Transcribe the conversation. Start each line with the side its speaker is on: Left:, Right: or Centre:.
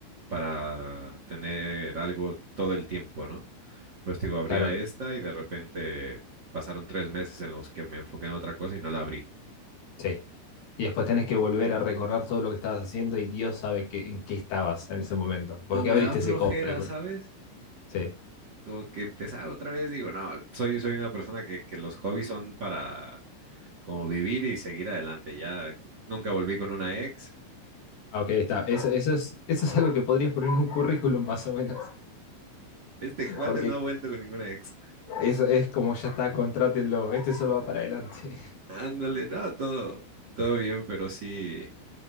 Right: para tener algo todo el tiempo, ¿no? Pues digo, abría
Left: claro,
Right: esta y de repente pasaron tres meses en los que me enfoqué en otra cosa y no la abrí.
Left: sí. Y después tenés que volver a recorrer todo lo que estabas haciendo y Dios sabe que, en qué estabas en ese momento. ¿Por
Right: O
Left: qué
Right: me
Left: abriste
Right: da flojera,
Left: ese cofre? Por-
Right: ¿sabes?
Left: Sí.
Right: como que empezar otra vez, digo, no, soy, soy una persona que, que los hobbies son para como vivir y seguir adelante. Ya nunca volví con una ex.
Left: Ah, ok, está. Eso, eso es, eso es algo que podrías poner en un currículum más o menos.
Right: Este
Left: <laughs>
Right: cuate
Left: Porque
Right: no ha vuelto con ninguna ex.
Left: Es, es como ya está, contrátenlo, este solo va para adelante.
Right: <laughs>
Left: <laughs>
Right: Ándale, no, todo, todo bien, pero sí,